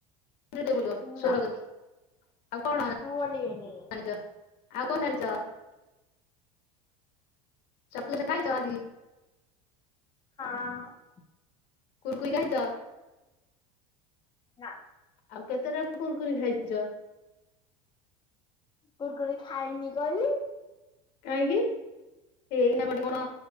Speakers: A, on the left; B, on the left.
A: <unintelligible> ବୋଲିବ ସ୍ଵର
B: ନା
A: କରିକି ଆଉ କଣ ଜାନିଚ?
B: ମୁଁ ବୋଲିବିନି
A: ଆଉ କଣ ଜାଣିଚ? ଚକିଲେଟ ଖାଇଚ ଆଜିି।
B: ହଁ।
A: କୁରକୁରି ଖାଇଚ।
B: ନାଁ।
A: ଆଉ କେତେଟା କୁୁରକୁରି ଖାଇଚ?
B: କୁରକୁରି ଖାଇନି କହିଲି।
A: କାହିଁକି ସେ ଏଇନା ଗଟେ କଣ